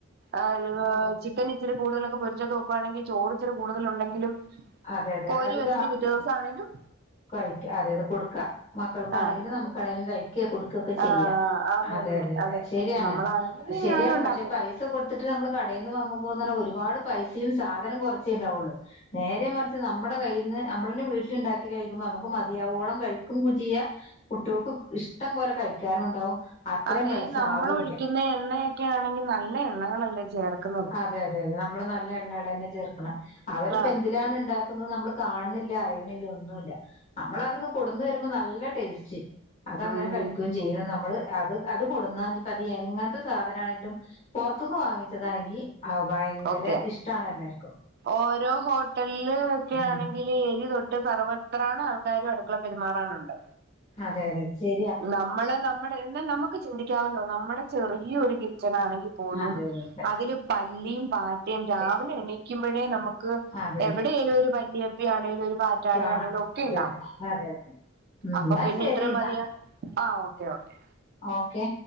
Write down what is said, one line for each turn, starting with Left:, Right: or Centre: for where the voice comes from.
Right: ആഹ് ഏഹ് ചിക്കൻ ഇച്ചിരി കൂടുതലൊക്കെ പൊരിച്ചൊക്കെ വെക്കുകവാണെങ്കിൽ ചോറ് ഇച്ചിരി കൂടുതൽ ഉണ്ടെങ്കിലും
Left: അതെ അതെ
Right: കോരി
Left: അത്
Right: വെച്ചിട്ട്
Left: ദാ
Right: പിറ്റേ ദിവസം ആണേലും
Left: കഴിക്ക അതായത് കൊടുക്കാ മക്കൾക്കാണെങ്കിലും
Right: ആ
Left: നമുക്കാണെങ്കിലും കഴിക്കെ കൊടുക്കക്കെ ചെയ്യാം.
Right: ആ അത്
Left: അതെ
Right: തന്നെ
Left: അതെ അതെ ശരിയാണ്.
Right: നമ്മളാണെങ്കിൽ
Left: ശരിയാണ്
Right: ഞാൻ ഉണ്ടാക്കും
Left: പക്ഷെ പൈ പൈസ കൊടുത്തിട്ട് നമ്മൾ കടയിൽന്ന് വാങ്ങുമ്പോ ന്ന്പറഞ്ഞ് ഒരുപാട് പൈസയും സാധനം കുറച്ചേ ഉണ്ടാവുള്ളു. നേരെ മറിച്ച് നമ്മുടെ കയ്യിൽ നിന്ന് നമ്മള തന്നെ വീട്ടിലിണ്ടാക്കി. കഴിക്കുമ്പോ നമുക്ക് മതിയാവോളം കഴിക്കും ചെയ്യാ. കുട്ടിൾക്ക് ഇഷ്ടം പോലെ കഴിക്കാനും ഉണ്ടാവും. അത്രയും
Right: അതേ
Left: പൈസ
Right: നമ്മൾ
Left: ആവൂല്ല
Right: ഒഴിക്കുന്ന എണ്ണയൊക്കെ ആണെങ്കി നല്ല എണ്ണകളല്ലേ ചേർക്കണത്
Left: അതെ അതെ അതെ നമ്മള് നല്ല എണ്ണാളെന്നെ ചേർക്കണ് അവരിപ്പ
Right: ആ
Left: എന്തിലാണ് ഇണ്ടാ - ക്കുന്നത് നമ്മള് കാണണില്ല അറിയണില്ല ഒന്നുല്ല. നമ്മൾ അതന്ന് കൊടന്ന് തരുമ്പോ നല്ല ടേസ്റ്റ് അതങ്ങനെ
Right: ഉം
Left: കഴിക്കു ചെയ്യും. ചെയ നമ്മള് അത് അത് കൊടുന്നാഞ്ഞ്പ്പ അത്ഞ്ഞ് എങ്ങനത്തെ സാധനാണെങ്കിലും പൊറത്തന്ന് വാങ്ങിച്ചതാണെങ്കി അത് ഭയങ്കര
Right: ഓക്കെ
Left: ഇഷ്ട്ടാണല്ലാരും.
Right: ഓരോ ഹോട്ടലില് ഒക്കെ
Left: ഉം
Right: ആണെങ്കിൽ എലി തൊട്ട് സർവർ- ത്രാണ് ആൾക്കാരും അടുക്കള പെരുമാറാനുണ്ട്
Left: അതെ അതെ ശരിയാ
Right: നമ്മള് നമ്മുടെ- എന്നാൽ നമുക്ക് ചിന്തിക്കാവല്ലോ നമ്മുടെ ചെറിയൊരു കിച്ചൺ ആണെങ്കി പോലും
Left: അതെ അതെ അതെ
Right: അതില് പല്ലിയും പാറ്റയും രാവിലെ
Left: ശരി.
Right: എണീക്കുമ്പഴേ നമുക്ക്
Left: അതെ
Right: എവിടെലും
Left: അതെ
Right: ഒരു പല്ലിയ- ആണെലും ഒരു പാറ്റാണി
Left: കാണാം
Right: ആണേലും ഒക്കെ
Left: അതെ
Right: ഉണ്ടാവും
Left: അതെ അതെ അതെ ഉം
Right: അപ്പൊ
Left: എന്നാ
Right: പിന്നെ
Left: ശരി
Right: ഇത്രയും
Left: എന്നാ
Right: മതിയ ആഹ് ഓക്കേ ഓക്കേ.
Left: ഓക്കെ